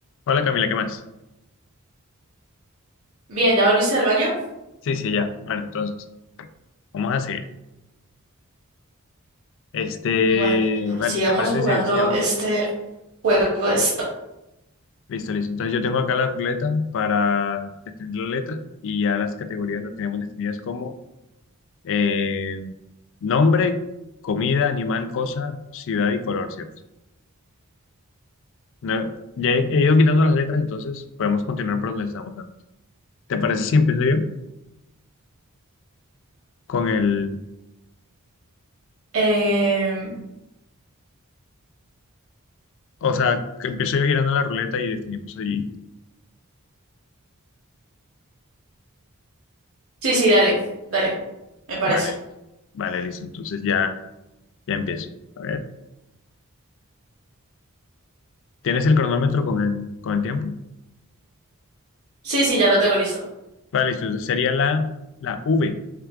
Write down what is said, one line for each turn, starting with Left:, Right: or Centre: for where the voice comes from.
Left: Hola Camila, ¿qué más?
Right: Bien, ¿ya volviste al baño?
Left: Sí, sí, ya. Bueno, entonces, vamos a seguir. Este,
Right: Bueno,
Left: vale,
Right: sigamos
Left: ¿te parece
Right: jugando
Left: si sigamos?
Right: este juego de stop.
Left: Listo, listo. Entonces yo tengo acá la ruleta para definir la letra y ya las categorías las tenemos definidas como eh, nombre, comida, animal, cosa, ciudad y color, ¿cierto? No, ya he, he ido quitando las letras, entonces podemos continuar por donde estábamos antes. ¿Te parece si empiezo yo con el,
Right: Em,
Left: o sea, que empiezo yo girando la ruleta y definimos allí?
Right: sí, sí, dale, dale, me parece.
Left: Vale, vale, listo. Entonces ya. Ya empiezo. A ver. ¿Tienes el cronómetro con el, con el tiempo?
Right: Sí, sí, ya lo tengo listo.
Left: Vale, listo. Entonces sería la, la V,